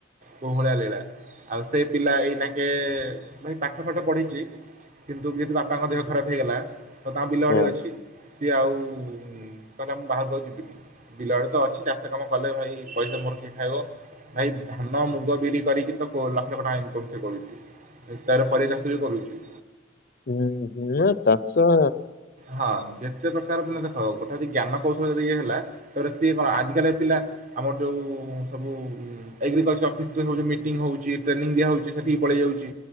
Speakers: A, on the right; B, on the left.
A: କୋଉଭଳିଆ ଲୀଳା ଆଉ ସେ ପିଲା ଏଇନାକେ ଭାଇ ପାଠ ଫାଠ ପଢିଛି। କିନ୍ତୁ ଯେହେତୁ ବାପାଙ୍କ ଦେହ ଖରାପ ହେଇଗଲା ତ ତାଙ୍କର ବିଲଆଡି
B: ହଁ
A: ଅଛି। ସିଏ ଆଉ କହିଲା ମୁଁ ବାହାଘରକୁ ଆଉ ଯିବିନି ବିଲ ବାଡି ତ ଅଛି ଚାଷ କାମ କଲେ ଭାଇ‌। ପଇସା ମୋର କିଏ ଖାଇବ ଭାଇ ଧାନ ମୁଗ ବିରି କରିକି ତ ଲକ୍ଷ ଲକ୍ଷ ଟଙ୍କା ଇନକମ ସେ କରୁଛି। ଭାଇ ତାର ପରିବା ଚାଷ ବି କରୁଛିୁ।
B: ହୁଁ ହୁଁ ଚାଷ।
A: ହଁ ଯେତେ ବେକାର ମାନେ ଦେଖ ଗୋଟେ ଜ୍ଞାନ କୌଶଳ ଯଦି ଇଏ ହେଲା। ତାପରେ ସିଏ କଣ ଆଜିକାଲି କା ପିଲା ଆମର ଯୋଉ ସବୁ। ଏଗ୍ରିକଲଚର ଅଫିସରେ ସବୁ ଯୋଉ ମିଟିଂ ହଉଛି ଟ୍ରେନି ଦିଆ ହଉଛି ସେଠିକି ପଳେଇ ଯାଉଛି।